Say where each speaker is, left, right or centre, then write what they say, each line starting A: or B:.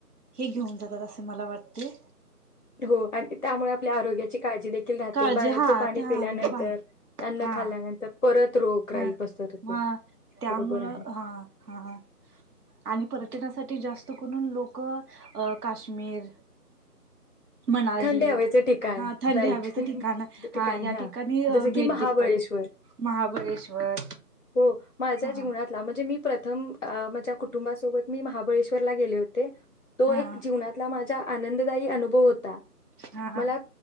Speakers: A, on the right; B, on the left.
A: हे घेऊन जातात अस मला वाटतय.
B: हो आणि त्यामुळे आपल्या आरोग्याची काळजी देखील राहते
A: काळजी
B: बाहेरचं
A: हा
B: पाणी
A: त्या
B: पिल्यानंतर
A: बाहेर
B: अन्न
A: हा
B: खाल्ल्यानंतर परत रोगराई
A: हा,
B: पसरते
A: हा त्यामुळं
B: बरोबर आहे
A: हा हा आणि पर्यटनासाठी
B: ओके
A: जास्त कुनोन लोक अ काश्मीर मनाली
B: थंडे हवेचे ठिकाण
A: हा थंडी
B: राईट
A: हवेचं ठिकाण
B: ठिकाण
A: या
B: हा
A: ठिकाणी
B: जस की
A: भेट
B: महाबळेश्वर.
A: देतात महाबळेश्वर
B: हो माझ्या
A: हा
B: जीवनातला म्हणजे मी प्रथम माझ्या कुटुंबासोबत मी महाबळेश्वरला गेले होते तो
A: हा
B: एक जीवनातल्या माझ्या आनंददायी अनुभव होता
A: हा
B: मला